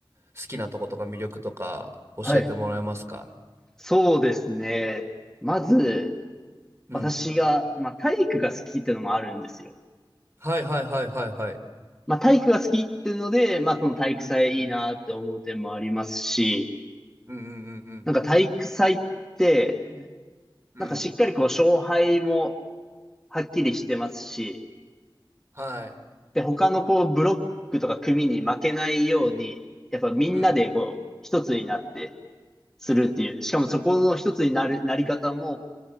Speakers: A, on the right (about 35°); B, in the centre.
A: 好きなとことか魅力とか教えてもらえますか
B: はい。そうですね。まず、
A: うん。
B: 私が、まあ、体育が好きってのもあるんですよ。
A: はいはいはいはいはい。
B: まあ、体育が好きっていうので、まあ、その体育祭いいなって思う点もありますし、
A: うんうんうんうんう
B: なんか体育祭って、
A: んうん
B: なんかしっかりこう勝敗もはっきりしてますし、
A: はい
B: で、他のこうブロックとか組に負けないように、やっぱみんなでこう一つになって
A: うん
B: するっていう、
A: うん
B: しかもそこの一つになる、なり方も、